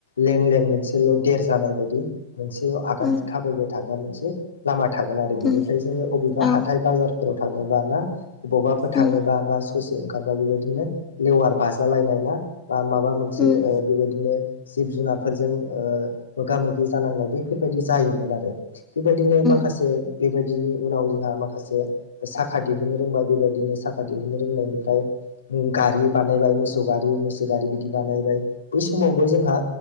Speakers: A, on the left (about 70°); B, on the left (about 20°).
A: लें लें मोनसेल' देर जानाय बायदि मोनसे आगान
B: उम
A: थाबायबाय थाग्रा मोनसे लामा थागोन आरो बिनिफ्राय
B: उम
A: जोङो अबेबा
B: औ
A: हा बाजारफोराव थाङोब्ला ना‌ बबावबाफोर थाङोब्ला
B: उम
A: बा ससे ओंखारबा बेबायदिनो लेवार बाजालायनाय ना बा माबा मोनसे
B: उम
A: ओ बेबायदिनो जिब जुनारफोरजों मोगा मोगि जानांनाय बेैफोरबायदि जायोमोन आरो बेबायदिनो माखासे
B: उम औ औ उम
A: बेबायदिनि उनाव जोंहा माखासे माखासे साखा दिहुननो रोंबाय बेबायदिनो साखा दिहुननो रोंनायनिफ्राय गारि बानायबाय मोसौ गारि मैसो गारि बिदि बानायबाय बै स मावबो जोंहा